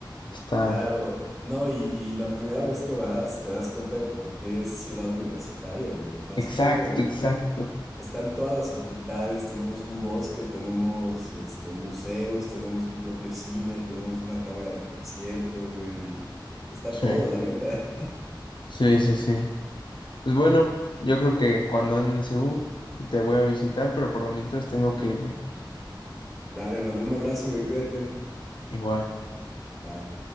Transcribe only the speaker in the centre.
claro. No, y, y la primera vez que vas te das cuenta de por qué es ciudad universitaria, güey. O sea,
así como
Están todas las facultades, tenemos un bosque, tenemos este, museos, tenemos un propio cine, tenemos una cámara de conciertos, güey. Eh, Está todo,
la neta.
<laughs> Dale, hermano, un abrazo, güey, cuídate.
Bye.